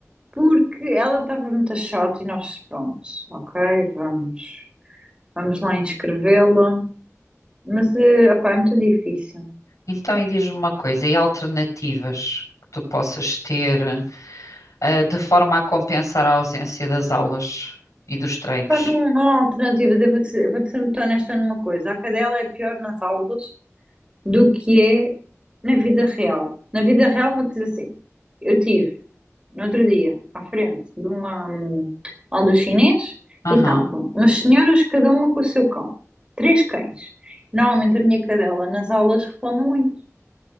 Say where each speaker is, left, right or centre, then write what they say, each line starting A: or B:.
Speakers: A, on the right; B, on the left.
A: porque ela estava muito chata e nós, pronto, ok, vamos, vamos lá inscrevê-la. Mas, eh, opá, é muito difícil.
B: Então, e diz-me uma coisa, e alternativas que tu possas ter, eh, de forma a compensar a ausência das aulas e dos treinos?
A: Opá, não, não há alternativas. Eu vou-te vou ser muito honesta numa coisa. A cadela é pior nas aulas do que é na vida real. Na vida real, vou-te dizer assim. Eu tive, no outro dia, à frente de uma hum, aula do chinês
B: Aham.
A: e estavam umas senhoras, cada uma com o seu cão. Três cães. Normalmente a minha cadela nas aulas reclama muito.